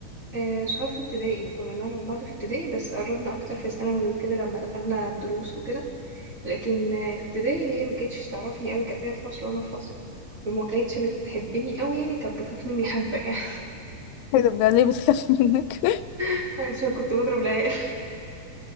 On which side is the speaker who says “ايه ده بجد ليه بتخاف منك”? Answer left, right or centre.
Left